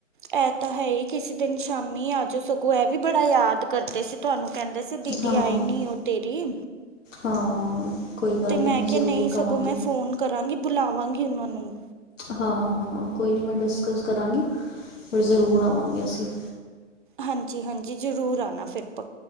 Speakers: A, on the right; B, on the left.
A: ਇਹ ਤਾਂ ਹੈ ਹੀ ਕਿਸੇ ਦਿਨ ਸ਼ਾਮੀ ਆ ਜੋ ਸਗੋਂ ਇਹ ਵੀ ਬੜਾ ਯਾਦ ਕਰਦੇ ਸੀ। ਤੁਆਨੂੰ ਕੈਂਦਾ ਸੀ ਦੀਦੀ
B: ਹਾਂ
A: ਆਈ ਨੀ ਓ ਤੇਰੀ
B: ਹਾਂ ਕੋਈ ਗੱਲ
A: ਤੇ ਮੈਂ ਕਿਆ
B: ਜ਼ਰੂਰ
A: ਨਹੀਂ
B: ਕਵਾਂਗੀ
A: ਸਗੋਂ ਮੈਂ ਫੋਨ ਕਰਾਂਗੀ ਬੁਲਾਵਾਂਗੀ ਓਨਾ ਨੂੰ
B: ਹਾਂ-ਹਾਂ-ਹਾਂ ਕੋਈ ਨੀਂ ਮੈਂ ਡਿਸਕਸ ਕਰਾਂਗੀ ਫਿਰ ਜ਼ਰੂਰ ਆਵਾਂਗੇ ਅਸੀ
A: ਹਾਂਜੀ-ਹਾਂਜੀ ਜ਼ਰੂਰ ਆਣਾ ਫਿਰ ਤੋ